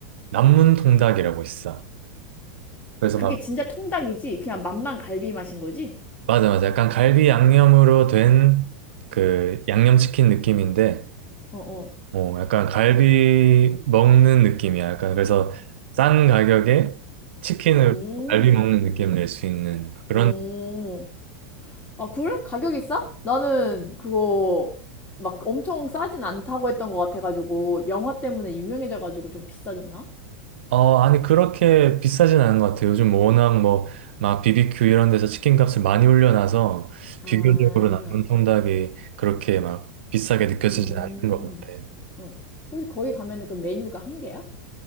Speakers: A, on the right; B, on the left.
A: 남문 통닭이라고 있어. 그래서
B: 그게
A: 막
B: 진짜 통닭이지? 그냥 맛만 갈비 맛인 거지?
A: 맞아, 맞아. 약간 갈비 양념으로 된 그 양념치킨 느낌인데,
B: 어, 어.
A: 어, 약간 갈비 먹는 느낌이야. 약간 그래서 싼 가격에 치킨을
B: 오,
A: 갈비 먹는 느낌을 낼 수 있는 그런,
B: 오. 아, 그래? 가격이 싸? 나는 그거 막 엄청 싸진 않다고 했던 것 같아가지고, 영화 때문에 유명해져가지고 좀 비싸졌나?
A: 어, 아니, 그렇게 비싸진 않은 것 같아. 요즘 워낙 뭐, 막 BBQ 이런 데서 치킨 값을 많이 올려놔서
B: 아,
A: 비교적으로 남은 통닭이 그렇게 막 비싸게 느껴지진
B: 음,
A: 않는 것 같아.
B: 어. 혹시 거기 가면은 그 메뉴가 한 개야?